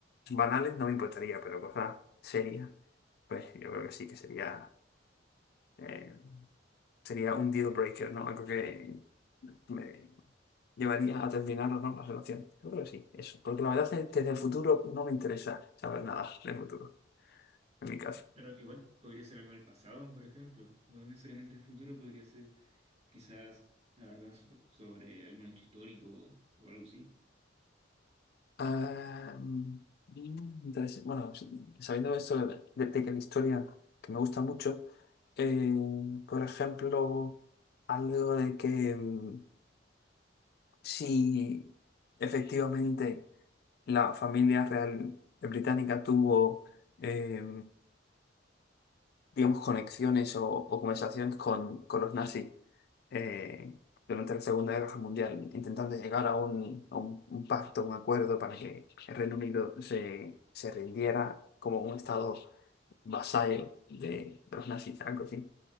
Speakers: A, on the left; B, on the right.
A: banales, no me importaría, pero cosas serias, pues yo creo que sí que sería, eh, sería un deal breaker, ¿no? Algo que me llevaría a terminar o no la relación. Yo creo que sí, eso. Porque la verdad es que desde el futuro no me interesa saber nada del futuro, en mi caso.
B: Claro, igual podría ser algo del pasado, por ejemplo. No necesariamente el futuro, podría ser quizás, la verdad, so- sobre algún hecho histórico o algo así.
A: Ah, mm, interes- Bueno, sabiendo esto de, de- de que la historia que me gusta mucho, eh, por ejemplo, algo de que mm, si efectivamente la familia real británica tuvo, eh, digamos, conexiones o, o conversaciones con, con los nazis, eh, durante la Segunda Guerra Mundial, intentando llegar a un, a un, un pacto, un acuerdo para que el Reino Unido se, se rindiera como un estado vasallo de, de los nazis, algo así.